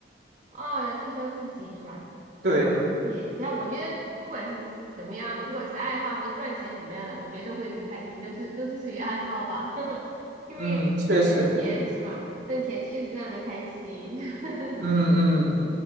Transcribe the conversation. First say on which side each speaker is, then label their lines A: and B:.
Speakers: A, on the right; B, on the right.
A: 哦，要推销自己是吧？
B: 对，
A: 那么也只要我觉得，不管是怎么样的，不管是爱好还是赚钱什么样的，我觉得都会很开心，都是都是属于爱好吧，<laughs> 因为赚钱是吧？
B: 嗯，确实。
A: 赚钱确实让人开心。<laughs>
B: 嗯嗯，